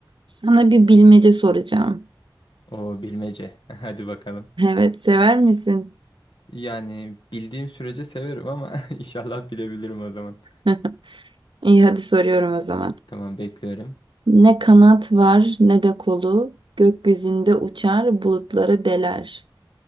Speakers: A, on the right; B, on the left.
A: Sana bir bilmece soracağım.
B: O bilmece. <laughs> Hadi bakalım.
A: Evet, sever misin?
B: Yani bildiğim sürece severim ama <laughs> inşallah bilebilirim o zaman.
A: <laughs> İyi hadi soruyorum o zaman.
B: Tamam bekliyorum.
A: Ne kanat var ne de kolu, gökyüzünde uçar bulutları deler.